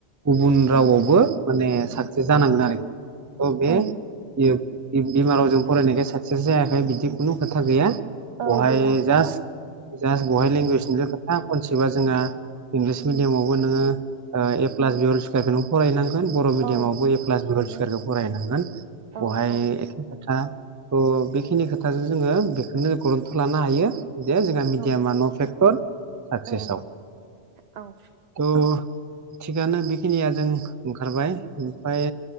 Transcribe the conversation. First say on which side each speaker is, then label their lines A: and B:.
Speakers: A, on the right; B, on the right.
A: गुबुन
B: औ
A: रावावबो माने साक्सेस जानांगोन आरोखि थ बे
B: औ
A: बिमा रावजों फरायनायखाय सा बि जायाखै बिदि खुनु खोथा गैया। बहाय
B: औ गैया
A: जास जास्ट बहाय लेंगुवेजनिल' खोथा खनसेबा जोंहा इंलिस
B: उम
A: मिडियामावबो नोङो ए
B: औ
A: प्लास बि हल सुखियारखोनो फरायनां गोन बर' मिदियाम
B: औ
A: आवबो ए प्लास बि
B: बेनो
A: हल सुखियारखौ फरायनांगोन
B: औ
A: बहाय
B: औ
A: एखे खोथा थ बेखिनि खोथाजो जोङो बे नो लानो हायो। बिदिया जोंना मिडियामा
B: औ
A: न' फेक्टर साक्सेसआव
B: औ औ
A: थ'। थिगानो बेखिनिया जों ओंखारबाय। ओमफ्राय